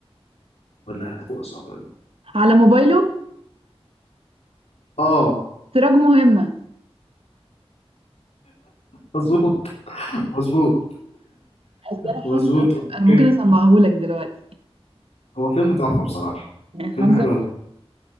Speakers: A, on the left (about 85°); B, on the right (about 60°).
A: ولا هتبقى صعبة أوي
B: على موبايله
A: آه
B: سراج مهمة
A: مظبوط <laughs> مظبوط
B: أصل انا
A: مظبوط
B: حافظة الفيلم
A: أوكي
B: انا ممكن اسمعهولك دلوقتي
A: هو فيلم تحفة بصراحة
B: يعني
A: فيلم
B: حافظة
A: حلو
B: الفيلم
A: أوي